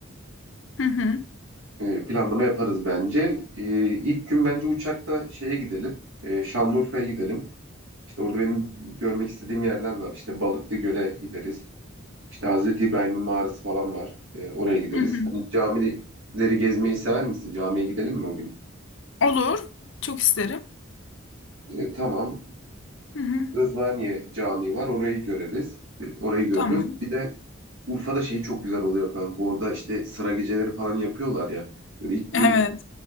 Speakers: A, on the left; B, on the right.
A: hı hı,
B: E, planlama yaparız bence. E, ilk gün bence uçakta şeye gidelim. E, Şanlıurfa'ya gidelim. İşte orada benim görmek istediğim yerler var. İşte Balıklı Göl'e gideriz. İşte Hazreti İbrahim'in mağarası falan var. E, oraya gideriz.
A: hı hı.
B: Hani camileri gezmeyi sever misin? Camiye gidelim mi o gün?
A: Olur. Çok isterim.
B: E, tamam.
A: Hı hı.
B: Rızvaniye Camii var. Orayı göreriz. E, orayı görürüz.
A: Tamam.
B: Bir de Urfa'da şey çok güzel oluyor kanka. Orada işte sıra geceleri falan yapıyorlar ya. Böyle ilk
A: Evet.
B: gün